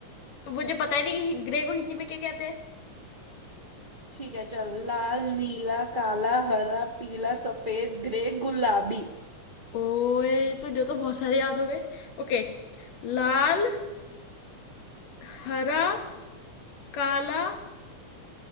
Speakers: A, on the left (about 80°); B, on the right (about 20°).
A: मुझे पता ही नहीं कि ग्रे को हिंदी में क्या कहते हैं
B: ठीक है चल लाल नीला काला हरा पीला सफेद ग्रे गुलाबी
A: ओए तो जो तो बहुत सारे याद हो गए ओके लाल हरा काला